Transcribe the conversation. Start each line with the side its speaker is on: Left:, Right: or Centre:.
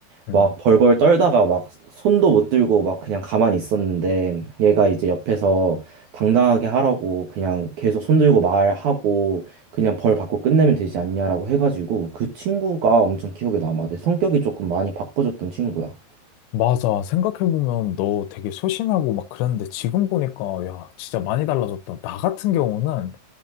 Left: 음.
Right: 막 벌벌 떨다가 막 손도 못 들고 막 그냥 가만히 있었는데 얘가 이제 옆에서 당당하게 하라고 그냥 계속 손 들고 말하고 그냥 벌 받고 끝내면 되지 않냐라고 해가지고 그 친구가 엄청 기억에 남아. 내 성격이 조금 많이 바꿔졌던 친구야.
Left: 맞아. 생각해보면 너 되게 소심하고 막 그랬는데 지금 보니까 야, 진짜 많이 달라졌다. 나 같은 경우는